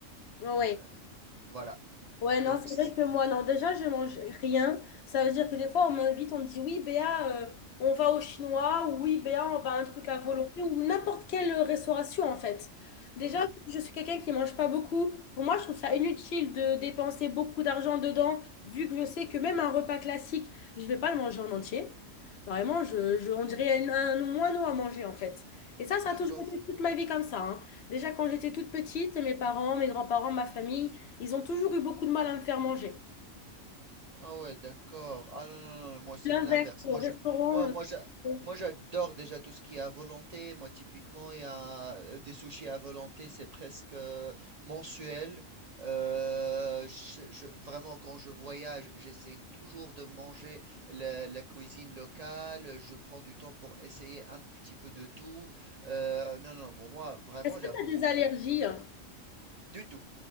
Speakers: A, on the left; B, on the right.
A: Oui.
B: Euh, Voilà.
A: Ouais,
B: Donc,
A: non, c'est
B: c-
A: vrai que moi, non, déjà, je mange rien. Ça veut dire que des fois, on m'invite, on me dit, oui, Béa, euh, on va au chinois, ou oui, Béa, on va à un truc à volonté,
B: Oh,
A: ou n'importe quelle euh, restauration, en fait. Déjà,
B: mhm,
A: je suis quelqu'un qui mange pas beaucoup. Pour moi, je trouve ça inutile de dépenser beaucoup d'argent dedans, vu que je sais que même un repas classique, je vais pas le manger en entier. Vraiment, je, je, on dirait un, un moineau à manger, en fait. Et ça, ça
B: d'accord.
A: a toujours été toute ma vie comme ça, hein. Déjà, quand j'étais toute petite, mes parents, mes grands-parents, ma famille, ils ont toujours eu beaucoup de mal à me faire manger.
B: Ah ouais, d'accord. Ah non, non, non, moi c'est
A: L'inverse,
B: l'inverse.
A: au
B: Moi,
A: restaurant.
B: je, moi, moi,
A: euh,
B: j'a-
A: bon.
B: moi j'adore déjà tout ce qui est à volonté. Moi, typiquement, il y a euh, des sushis à volonté, c'est presque euh, mensuel. Euh, je- je- vraiment, quand je voyage, j'essaie toujours de manger la, la cuisine locale. Je prends du temps pour essayer un petit peu de tout. Euh, non, non, pour moi, vraiment,
A: Est-ce que
B: la
A: tu
B: bouffe,
A: as des allergies? hein
B: du tout.